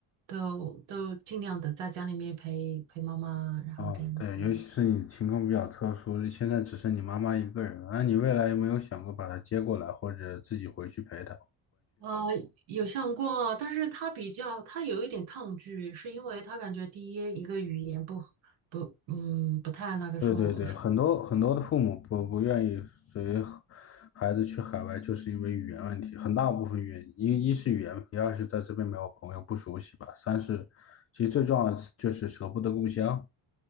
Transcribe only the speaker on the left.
哦，对，尤其是你情况比较特殊，现在只剩你妈妈一个人了，那你未来有没有想过把她接过来，或者自己回去陪她？
对对对，很多很多的父母不不愿意随孩子去海外，就是因为语言问题，很大部分原因，一一是语言问题，二是在这边没有朋友，不熟悉吧，三是其实最重要的是就是舍不得故乡。